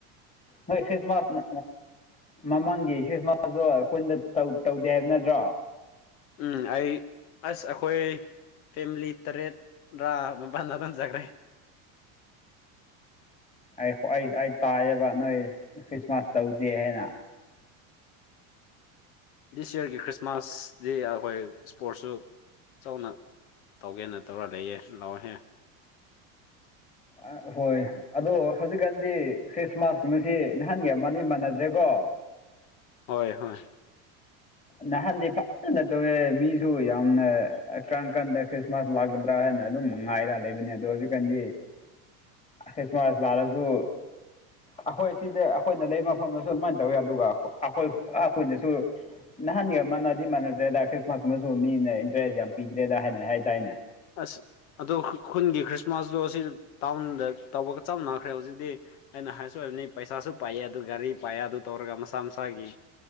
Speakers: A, on the left (about 15°); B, on the left (about 75°).
A: ꯅ ꯈ꯭ꯔꯤꯁꯃꯥꯁ ꯃꯃꯥꯡꯒꯤ ꯈ꯭ꯔꯤꯁꯃꯥꯁꯇꯣ ꯑꯩꯈꯣꯏꯗ ꯇꯧꯗꯦ ꯍꯥꯏꯕ ꯅꯠꯇ꯭ꯔꯣ
B: ꯎꯝ ꯑꯩ ꯑꯁ ꯑꯩꯈꯣꯏ ꯐꯦꯃꯤꯂꯤ ꯇꯔꯦꯠ ꯔꯥ ꯄꯥꯟꯖ ꯇꯥꯟꯖꯈ꯭ꯔꯦ
A: ꯑꯩ ꯑꯩ ꯑꯩ ꯇꯥꯏꯌꯦꯕ ꯅꯣꯏ ꯈ꯭ꯔꯤꯁꯃꯥꯁ ꯇꯧꯗꯦ ꯍꯥꯏꯅ
B: ꯗꯤꯁ ꯌꯌꯥꯔꯒꯤ ꯈ꯭ꯔꯤꯁꯃꯥꯁꯗꯤ ꯑꯩꯈꯣꯏ ꯏꯁꯄꯣꯔꯠꯁꯨ ꯆꯥꯎꯅ ꯇꯧꯒꯦꯅ ꯇꯧꯔꯒ ꯂꯩꯌꯦ ꯂꯥꯛꯑꯣꯍꯦ
A: ꯑ ꯍꯣꯏ ꯑꯗꯣ ꯍꯧꯖꯤꯛꯀꯥꯟꯗꯤ ꯈ꯭ꯔꯤꯁꯃꯥꯁꯀꯨꯝꯁꯤ ꯅꯍꯥꯟꯒꯤ ꯃ ꯃꯥꯟꯅꯗ꯭ꯔꯦꯀꯣ
B: ꯍꯣꯏ ꯍꯣꯏ
A: ꯅꯍꯥꯟꯗꯤ ꯐꯖꯅ ꯇꯧꯋꯦ ꯃꯤꯁꯨ ꯌꯥꯝꯅ ꯀꯪ ꯀꯥꯟꯗ ꯈ꯭ꯔꯤꯁꯃꯥꯁ ꯂꯥꯛꯀꯗ꯭ꯔꯥ ꯍꯥꯏꯅ ꯑꯗꯨꯝ ꯉꯥꯏꯔ ꯂꯩꯕꯅꯤ ꯑꯗꯣ ꯍꯧꯖꯤꯛꯀꯥꯟꯗꯤ
B: <unintelligible>
A: ꯈ꯭ꯔꯤꯁꯃꯥꯁ ꯂꯥꯛꯂꯁꯨ ꯑꯩꯈꯣꯏ ꯁꯤꯗ ꯑꯩꯈꯣꯏꯅ ꯂꯩꯕ ꯃꯐꯝꯗꯁꯨ ꯑꯗꯨꯃꯥꯏꯅ ꯇꯧꯋꯤ ꯑꯗꯨꯒ ꯑꯩꯈꯣꯏ ꯑꯩꯈꯣꯏꯅꯁꯨ ꯅꯍꯥꯟꯒ ꯃꯥꯟꯅꯗꯤ ꯃꯥꯟꯅꯗ꯭ꯔꯦꯗ ꯈ꯭ꯔꯤꯁꯃꯥꯁ ꯃꯁꯨ ꯃꯤꯅ ꯏꯟꯇꯔꯦꯁ ꯌꯥꯝ ꯄꯤꯗ꯭ꯔꯦꯗ ꯍꯥꯏꯅꯩ ꯍꯥꯏꯇꯥꯔꯦꯅꯦ
B: ꯑꯁ ꯑꯗꯨꯗꯣ ꯈꯨꯟꯒꯤ ꯈ꯭ꯔꯤꯁꯃꯥꯁꯇꯣ ꯁꯤ ꯇꯥꯎꯟꯗ ꯇꯧꯕꯒ ꯆꯞꯥꯟꯅꯈ꯭ꯔꯦ ꯍꯧꯖꯤꯛꯇꯤ ꯑꯩꯅ ꯍꯥꯏꯁꯨ ꯑꯣꯏꯕꯅꯤ ꯄꯩꯁꯥꯁꯨ ꯄꯥꯏꯑ ꯑꯗꯨ ꯒꯥꯔꯤ ꯄꯥꯏꯑ ꯑꯗꯨ ꯇꯧꯔꯒ ꯃꯁꯥ ꯃꯁꯥꯒꯤ